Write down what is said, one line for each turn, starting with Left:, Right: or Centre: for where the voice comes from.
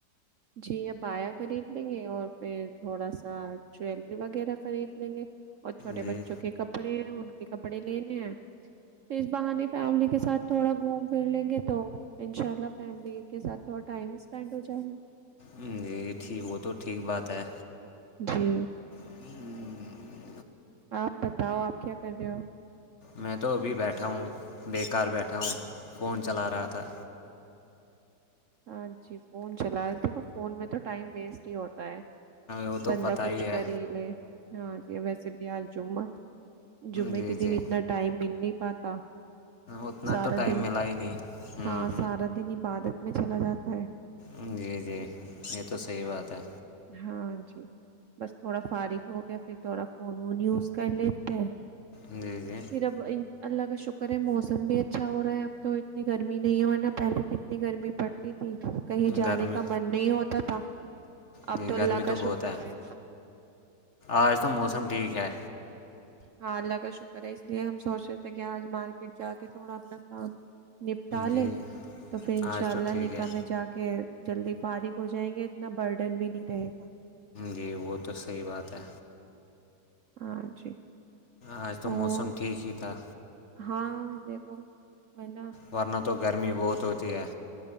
Right: جی ابایا خرید لیں گے اور پھر تھوڑا سا جویلری وغیرہ خرید لیں گے اور چھوٹے
Left: جی
Right: بچوں کے کپڑے ہیں ان کے کپڑے لینے ہیں اس بہانے فیملی کے ساتھ تھوڑا گھوم پھر لیں گے تو انشاء اللہ فیملی کے ساتھ تھوڑا ٹائم سپینڈ ہو جائے گا
Left: ہمم جی ٹھیک وہ تو ٹھیک بات ہے
Right: جی
Left: ہمممم
Right: آپ بتاؤ آپ کیا کر رہے ہو
Left: میں تو ابھی بیٹھا ہوں بیکار بیٹھا ہوں فون چلا رہا تھا
Right: ہاں جی فون چلا دیکھو فون میں تو ٹائم ویسٹ ہی ہوتا ہے
Left: وہ تو
Right: بندا
Left: پتہ
Right: کچھ
Left: ہے
Right: کر ہی لے ہاں جی ویسے بھی آج جمعہ تھا جمعے
Left: جی
Right: کے دن
Left: جی
Right: اتنا ٹائم مل نہیں پاتا
Left: اتنا
Right: سارا
Left: تو ٹائم
Right: دن
Left: ملا ہی نہیں ہوں
Right: ہاں سارا دن عبادت میں چلا جاتا ہے
Left: امم جی جی یہ تو صحیح بات ہے
Right: ہاں جی بس تھوڑا فارغ ہو گیا پھر تھوڑا فون وون یوز کر لیتے ہیں
Left: جی جی
Right: پھر اب اللہ کا شکر ہے موسم بھی اچھا ہو رہا ہے اب تو اتنی گرمی نہیں ہے نا پہلے کی اتنی گرمی پڑتی تھی دھوپ کہیں جانے
Left: گرمی
Right: کا من نہیں ہوتا تھا اب
Left: جی
Right: تو اللہ
Left: گرمی
Right: کا
Left: بہت
Right: شکر ہے
Left: آج تو موسم ٹھیک ہے
Right: ہاں اللہ کا شکر ہے اس لیے ہم سوچ رہے تھے کہ آج مار جا کے تھوڑا اپنا کام نپٹا لے
Left: جی
Right: تو پھر ان
Left: آج
Right: شاء اللہ
Left: تو ٹھیک
Right: نکاح
Left: ہے
Right: میں جا کے جلدی فارغ ہو جائیں گے اتنا برڈن بھی نہیں رہے گا
Left: جی وہ تو صحیح بات ہے
Right: ہاں جی
Left: آج تو
Right: اور
Left: موسم ٹھیک ہی تھا
Right: ہاں دیکھو اور نہ
Left: ورنہ تو گرمی بہت ہوتی ہے